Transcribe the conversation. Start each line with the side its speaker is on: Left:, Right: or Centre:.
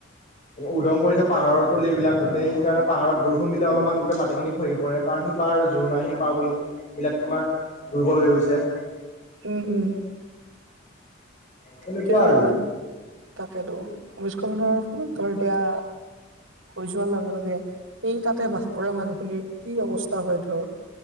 Left: উদং কৰিছে পাহাৰৰ তলিবিলাক গোটেই সেইকাৰণে পাহাৰত বৰষুণ দিলে অলপমান গোটেই মাটিখিনি খহি পৰে, কাৰণ সিপাৰ জোৰ নাই সিপাৰ গোল বিলাক তোমাৰ দুৰ্বল হৈ গৈছে।
Right: উম, উম।
Left: তেনেকুৱা
Right: এতিয়া,
Left: আৰু
Right: তাকেতো ভমিস্খলনৰ ফলত ধৰ এতিয়া হৈ যোৱাৰ লগে-লগে এই তাতে বাস কৰা মানুহখিনিৰ কি অৱস্থা হয় ধৰ